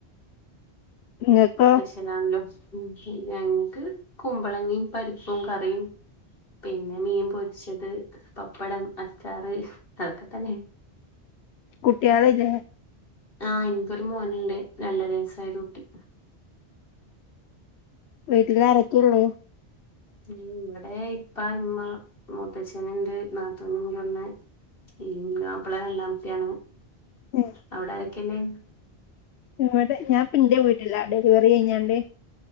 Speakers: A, on the left (about 75°); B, on the left (about 55°).
A: നിങ്ങക്കോ
B: കിലാണല്ലോ ഉം ഞങ്ങൾക്ക് കുമ്പളങ്ങയും പരിപ്പും കറിയും പിന്നെ മീൻ പൊരിച്ചത് പപ്പടം അച്ചാറ് അതൊക്കെ തന്നെണ്
A: കുട്ടിയള് ഇല്ല്യേ
B: ആഹ് എനിക്കൊരു മോനിണ്ട് രണ്ടര വയസായ ഒരുകുട്ടി
A: വീട്ടിൽ ആരക്കൊയള്ളേ
B: ഉം ഇവിടെ ഇപ്പാ ഇമ്മ മുത്തച്ചന്ണ്ട് നാതൂനുണ്ട് ഒന്ന് ഇങ്ങ പ്പളെ <unintelligible> യാണോ
A: ഏഹ്
B: അവ്ടെ ആരൊക്കെള്ളേ
A: ഇവിടെ ഞാൻ ഇപ്പൊ എന്റെ വീട്ടില ഡെലിവറി കഴഞ്ഞോണ്ട്